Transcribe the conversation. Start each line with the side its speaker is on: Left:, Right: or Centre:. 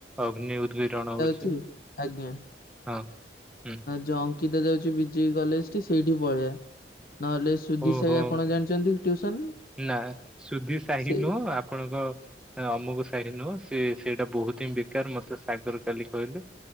Centre: ଅଗ୍ନି ଉଦ୍ଗିରଣ ହୋଉଛି।
Left: ଚି ଆଜ୍ଞା।
Centre: ହଉ ହୁଁ।
Left: ଯୋଉ ଅଙ୍କିତା ଯାଉଚି ବି ଜି କଲେଜଠି ସେଇଠି ପଳେଇଆ ନହେଲେ ସୁଧି
Centre: ଓହୋ
Left: ସାହି ଆପଣ ଜାଣିଛନ୍ତି ଟ୍ୟୁସନ
Centre: ନା ସୁଧି ସାହି
Left: ସେ
Centre: ନୁହଁ ଆପଣଙ୍କ ଅମୁକୁ ସାହି ନୁହଁ ସେ ସେଇଟା ବୋହୁତ ହିଁ ବେକାର ମତେ ସାଗର କାଲି କହିଲେ।